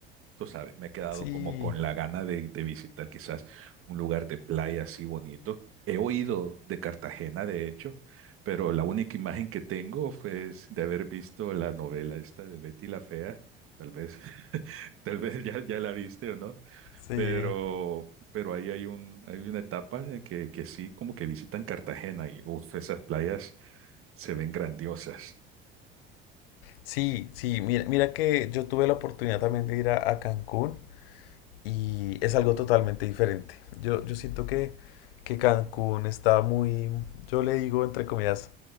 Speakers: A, on the right (about 50°); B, on the left (about 75°).
A: tú sabes, me he quedado
B: sí,
A: como con la gana de, de visitar quizás un lugar de playa así bonito. He oído de Cartagena, de hecho, pero la única imagen que tengo fue es de haber visto la novela esta de Betty la Fea. Tal vez, <laughs> tal vez ya, ya la viste o no,
B: sí.
A: pero, pero ahí hay un, hay una etapa en que, que sí, como que visitan Cartagena y uf, esas playas se ven grandiosas.
B: Sí, sí, mira, mira que yo tuve la oportunidad también de ir a, a Cancún y es algo totalmente diferente. Yo, yo siento que, que Cancún está muy, yo le digo entre comillas,